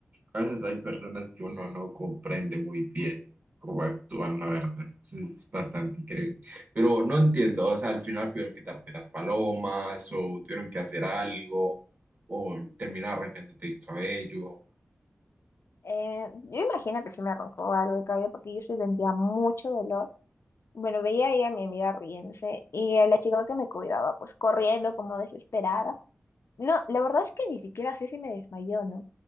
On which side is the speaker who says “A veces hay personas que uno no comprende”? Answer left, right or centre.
Right